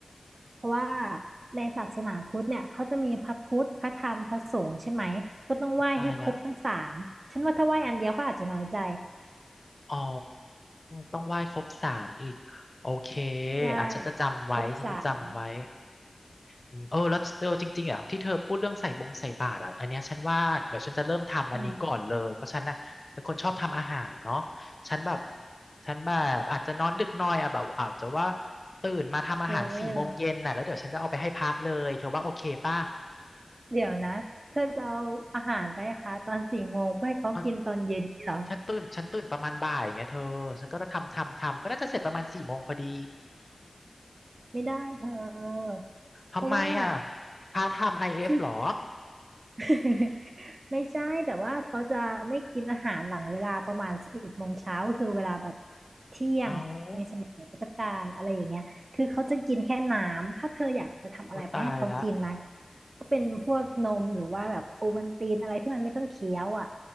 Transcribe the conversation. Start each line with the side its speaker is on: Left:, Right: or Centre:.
Right: เพราะว่าในศาสนาพุทธเนี่ยเขาจะมีพระพุทธ พระธรรม พระสงฆ์ใช่ไหมก็ต้องไหว้ให้ครบทั้งสามฉันว่าถ้าไหว้อันเดียวเขาอาจจะน้อยใจ
Left: อุ๊ยตายละ อ๋อต้องไหว้ครบสามอีกโอเค
Right: ใช่
Left: อ่ะฉันจะจำไว้ฉันจะจำไว้
Right: ครบสาม
Left: อืมเออแล้วเออจริงๆอ่ะที่เธอพูดเรื่องใส่บงใส่บาตรอ่ะอันเนี้ยฉันว่าเดี๋ยวฉันจะเริ่มทำอันนี้ก่อนเลยเพราะฉันน่ะเป็นคนชอบทำอาหารเนาะ
Right: อืม
Left: ฉันแบบฉันแบบอาจจะนอนดึกหน่อยอ่ะแบบอาจจะว่าตื่นมาทำอาหารสี่โมงเย็นน่ะแล้วเดี๋ยวฉันจะเอาไปให้พระเลยเธอว่าโอเคป่ะ
Right: เออเดี๋ยวนะเธอจะเอาอาหารไปให้คะตอนสี่โมงเพื่อให้เขากินตอนเย็นนี่เหรอ
Left: อ่ะฉันตื่นฉันตื่นประมาณบ่ายอย่างเงี้ยเธอฉันก็ทำทำทำก็น่าจะเสร็จประมาณสี่โมงพอดี
Right: ไม่ได้เธอ
Left: ทำไมอ่ะ
Right: เพราะว่า
Left: พาร์ทไทม์ไอเอฟหรอ
Right: คือ <laughs> ไม่ใช่แต่ว่าเขาจะไม่กินอาหารหลังเวลาประมาณสิบเอ็ดโมงเช้าก็คือเวลาแบบเที่ยงในสมัยพุทธกาลอะไรอย่างเงี้ยคือเขาจะกินแค่น้ำถ้าเธออยากจะทำอะไรไปให้เขากินนะ
Left: เอาโอ้ตายละ
Right: ก็เป็นพวกนมหรือว่าแบบโอวัลตินอะไรที่มันไม่ต้องเคี้ยวอ่ะ